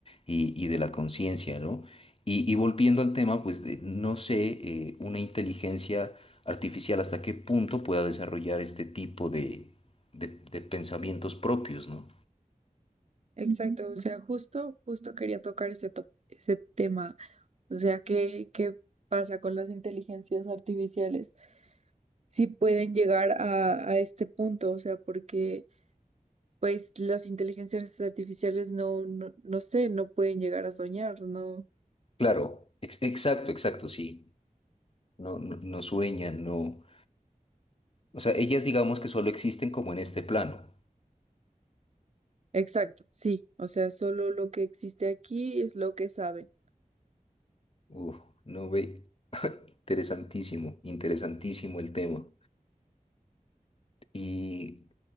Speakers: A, on the left (about 40°); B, on the right (about 50°).
A: y, y de la conciencia, ¿no? Y, y volviendo al tema, pues de- no sé, eh, una inteligencia artificial hasta qué punto pueda desarrollar este tipo de, de, de pensamientos propios, ¿no?
B: Exacto, o sea, justo, justo quería tocar ese, to- ese tema. O sea, ¿qué, qué pasa con las inteligencias artificiales? Si pueden llegar a, a este punto, o sea, porque pues las inteligencias artificiales no, no, no sé, no pueden llegar a soñar, ¿no?
A: Claro, ex- exacto, exacto, sí. No, no, no sueñan, no. O sea, ellas digamos que solo existen como en este plano.
B: Exacto, sí, o sea, solo lo que existe aquí es lo que saben.
A: Uf, no ve. <laughs> Interesantísimo, interesantísimo el tema. Y